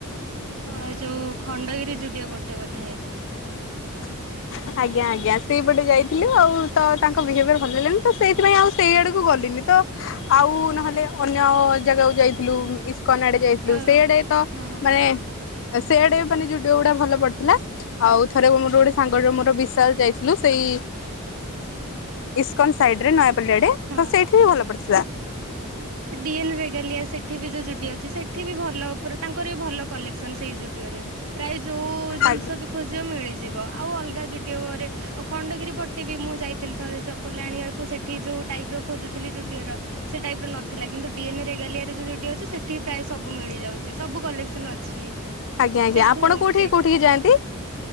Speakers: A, on the right; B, on the left.
A: ହଁ ଯୋଉ ଖଣ୍ଡଗିରି ଯୁଡିଓ ପଟେ ବୋଧେ?
B: ହଁ। ଆଜ୍ଞା ଆଜ୍ଞା, ସେଇପଟେ ଯାଇଥିଲୁ ଆଉ ତ ତାଙ୍କ ବିହେଭିୟର୍ ଭଲଲାଗିଲାନି ତ ସେଇଥିପାଇଁ ଆଉ ସେଇ ଆଡ଼କୁ ଗଲିନି ତ ଆଉ ନହେଲେ ଅନ୍ୟ ଜାଗାକୁ ଯାଇଥିଲୁ। ଇସ୍ କନ୍ ଆଡେ ଯାଇଥିଲୁ।
A: ଅ
B: ସେଇଆଡେ ତ
A: ହଁ
B: ମାନେ ସେଇଆଡେ ମାନେ ଯୁଡିଓ ଗୁଡା ଭଲ ପଡିଥିଲା, ଆଉ ଥରେ ମୋର ଗୋଟେ ସାଙ୍ଗର ଯୋଉ ମୋର ବିଶାଲ ଯାଇଥିଲୁ ସେଇ ଇସ୍କନ୍ ସାଇଡ ରେ ନୟାପଲ୍ଲୀ ଆଡ଼େ
A: ହଁ।
B: ତ ସେଇଠିହିଁ ଭଲ ପଡ଼ିଥିଲା।
A: ଡିଏନ ରେଗାଲିଆ ସେଠି ବି ଯୋଉ ଯୁଡିଓ ଅଛି ସେଠି ବି ଭଲ। ଉପରେ ତାଙ୍କର ବି ଭଲ। କଲେକ୍ସନ ସେଇ ଯୁଡିଓରେ ପ୍ରାୟ ଯୋଉ ଜିନିଷ
B: ଆଜ୍ଞା
A: ଖୋଜ ମିଳିଯିବ। ଆଉ ଅଲଗା ଯୁଡ଼ିଓରେ ଆଉ ଖଣ୍ଡଗିରି ପଟେ ବି ମୁଁ ଯାଇଥିଲି ଥରେ ଚପଲ ଆଣିବାକୁ। ସେଠି ଯୋଉ ଟାଇପ ର ଖୋଜୁଥିଲି ଯୁଡିଓର ସେ ଟାଇପ ର ନଥିଲା କିନ୍ତୁ ଡିଏନ୍ ରେଗାଲିଆରେ ଯୋଉ ଯୁଡ଼ିଓ ଅଛି ସେଠି ପ୍ରାୟ ସବୁ ମିଳିଯାଉଛି ସବୁ କଲେକ୍ସନ ଅଛି।
B: ଆଜ୍ଞା ଆଜ୍ଞା,
A: ସେଠୁ
B: ଆପଣ କୋଉଠିକି
A: ସେ
B: କୋଉଠିକି ଯଆନ୍ତି?